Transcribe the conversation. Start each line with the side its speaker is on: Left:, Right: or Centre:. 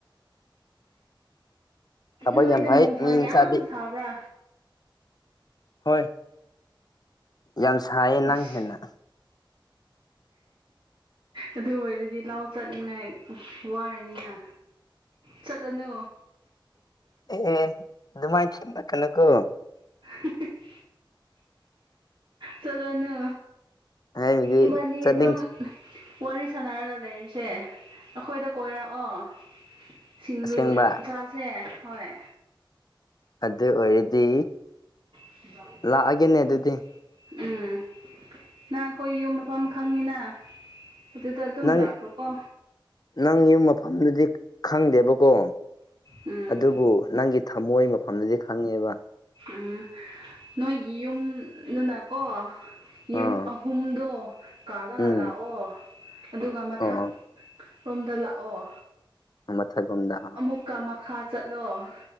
Left: ꯊꯕꯛ
Right: ꯅꯣꯏꯗ
Left: ꯌꯥꯝ ꯐꯩ
Right: ꯅꯨꯡꯁꯥ
Left: ꯃꯤ
Right: ꯌꯥꯝ
Left: ꯃꯆꯥꯗꯤ
Right: ꯁꯥꯕ꯭ꯔꯥ
Left: ꯍꯣꯏ ꯌꯥꯝ ꯁꯥꯏꯌꯦ ꯅꯪ
Right: ꯑꯁ
Left: ꯍꯦꯟꯅ
Right: ꯑꯗꯨ ꯑꯣꯏꯔꯗꯤ ꯂꯥꯎ ꯆꯠꯅꯤꯡꯉꯥꯏ ꯋꯥꯔꯅꯤꯅ ꯆꯠꯂꯅꯨ
Left: ꯑꯦ ꯑꯗꯨꯃꯥꯏ ꯊꯦꯝꯂꯛꯀꯥꯅꯨꯀꯣ
Right: <unintelligible> ꯆꯠꯂꯨꯅꯨ
Left: ꯍꯥꯏꯕꯗꯤ
Right: ꯏꯕꯥꯅꯤ
Left: ꯆꯠꯅꯤꯡ
Right: ꯑꯗꯨꯝ ꯋꯥꯔꯤ ꯁꯥꯟꯅꯔꯒ ꯂꯩꯔꯤꯁꯦ ꯑꯩꯈꯣꯏꯗ ꯀꯣꯏꯔꯛꯑꯣ ꯁꯤꯡꯖꯨ
Left: ꯑꯁꯦꯡꯕ
Right: ꯆꯥꯁꯦ ꯍꯣꯏ
Left: ꯑꯗꯨ ꯑꯣꯏꯔꯗꯤ
Right: <inaudible>
Left: ꯂꯥꯛꯑꯒꯦꯅꯦ ꯑꯗꯨꯗꯤ
Right: ꯎꯝ ꯅꯪ ꯑꯩꯈꯣꯏ ꯌꯨꯝ ꯃꯐꯝ ꯈꯪꯉꯤꯅ ꯑꯗꯨꯗ ꯑꯗꯨꯝ
Left: ꯅꯪ
Right: ꯂꯈ꯭ꯔꯣ ꯀꯣ
Left: ꯅꯪ ꯌꯨꯝ ꯃꯐꯝꯗꯨꯗꯤ ꯈꯪꯗꯦꯕꯀꯣ
Right: ꯎꯝ
Left: ꯑꯗꯨꯕꯨ ꯅꯪꯒꯤ ꯊꯝꯃꯣꯏ ꯃꯐꯝꯗꯨꯗꯤ ꯈꯪꯉꯦꯕ
Right: ꯎꯝ ꯅꯣꯏꯒꯤ ꯌꯨꯝꯗꯨꯅꯀꯣ ꯌꯨꯝ
Left: ꯑꯥ
Right: ꯑꯍꯨꯝꯗꯣ ꯀꯥꯂꯒ
Left: ꯎꯝ
Right: ꯂꯥꯛꯑꯣ ꯑꯗꯨꯒ ꯃꯊꯛ
Left: ꯑꯣ
Right: ꯔꯣꯝꯗ ꯂꯥꯛꯑꯣ
Left: ꯃꯊꯛꯔꯣꯝꯗ
Right: ꯑꯃꯨꯛꯀ ꯃꯈꯥ ꯆꯠꯂꯣ